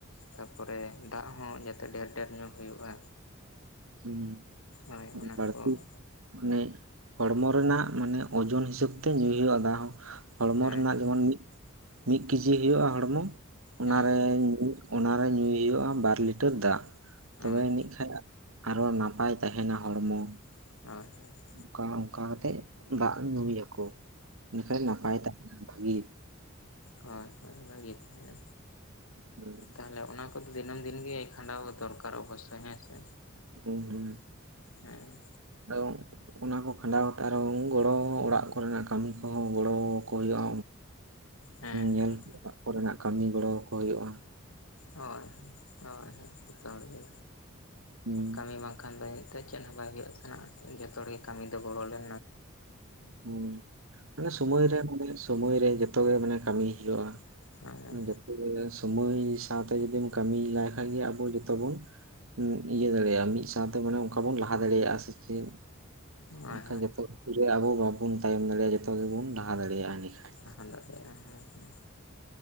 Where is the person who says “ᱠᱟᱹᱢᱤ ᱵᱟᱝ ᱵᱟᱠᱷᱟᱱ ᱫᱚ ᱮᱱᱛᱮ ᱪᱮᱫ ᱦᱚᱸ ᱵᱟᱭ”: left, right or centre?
Left